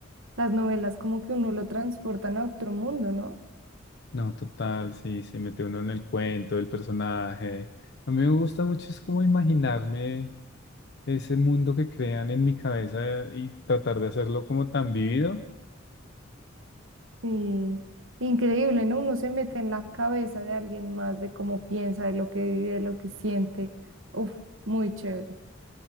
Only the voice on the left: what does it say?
No, total, sí, se mete uno en el cuento, el personaje. A mí me gusta mucho, es como imaginarme. ese mundo que crean en mi cabeza y tratar de hacerlo como tan vivido.